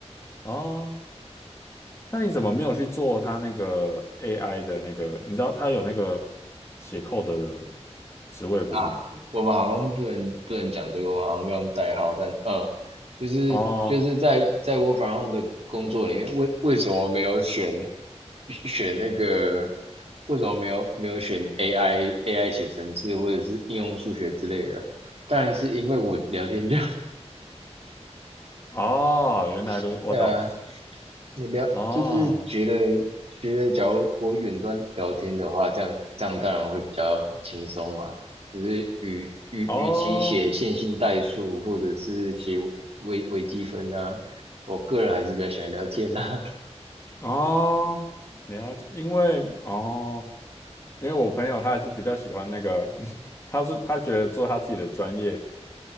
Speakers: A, on the left; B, on the right.
A: 哦，那你怎么没有去做他那个 AI 的那个？你知道他有那个写 code 的职位不是吗？
B: 啊，我们好像不能不能讲这个，我们好像要用代号，但嗯，就是就是在在我反
A: 哦
B: r 的工作里面，为为什么没有选选那个？为什么没有没有选 AI AI 写程式或者是应用数学之类的？当然是因为我聊天就
A: 哦，原来都我懂。
B: <laughs> 对啊，你聊就是觉得
A: 哦
B: 觉得，假如我远端聊天的话，这样这样当然会比较轻松嘛。只是与与与其写线性代数或者是写微微积分啊，
A: 哦
B: 我个人还是比较喜欢聊天啊。
A: 哦，了解，因为哦。因为我朋友他还是比较喜欢那个，<laughs> 他是他觉得做他自己的专业